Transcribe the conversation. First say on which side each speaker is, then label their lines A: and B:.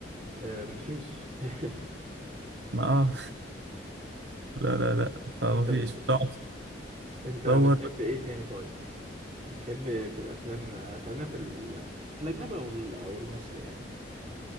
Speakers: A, on the right (about 40°); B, on the right (about 65°).
A: آه مفيش <laughs>
B: ما اه <laughs> لا لا لا خ- ما
A: انت
B: فيش
A: ب...
B: تقعد
A: انت
B: تدور
A: بتحب ايه تاني طيب بتحب في الافلام آه، خلينا في ال... في الاجنبي او ال... او المصري يعني